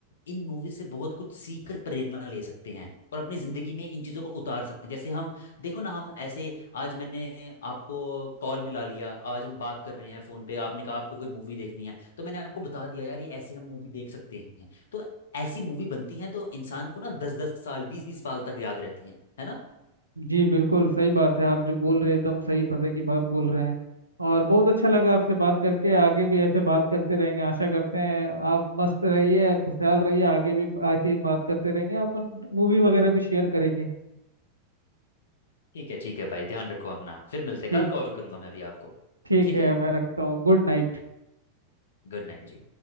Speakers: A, on the left (about 60°); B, on the right (about 85°).
A: इन मूवी से बहुत कुछ सीख कर प्रेरणा ले सकते हैं और अपनी जिंदगी में इन चीजों को उतार सकते हैं जैसे हम देखो ना हम ऐसे आज मैंने आपको कॉल मिला लिया आज हम बात कर रहे हैं फोन पे आपने कहा आपको कोई मूवी देखनी है तो मैंने आपको बता दिया यार ये ऐसी हम मूवी देख सकते हैं तो ऐसी मूवी बनती है तो इंसान को ना दस दस साल बीस बीस साल तक याद रहती है है ना
B: जी बिल्कुल सही बात है आप जो बोल रहे हैं एकदम सही पते की बात बोल रहे हैं और बहुत अच्छा लगा आपसे बात करके आगे भी ऐसे बात करते रहेंगे आशा करते हैं आप मस्त रहिए खुशहाल रहिए आगे भी ऐसे ही बात करते रहेंगे अपन मूवी वगैरह भी शेयर करेंगे
A: ठीक है ठीक है भाई ध्यान रखो अपना फिर मिलते हैं।
B: ठीक
A: कल कॉल करूंगा मैं अभी आपको
B: ठीक
A: ठीक
B: है
A: है
B: मैं रखता हूँ गुड नाइट
A: गुड नाइट जी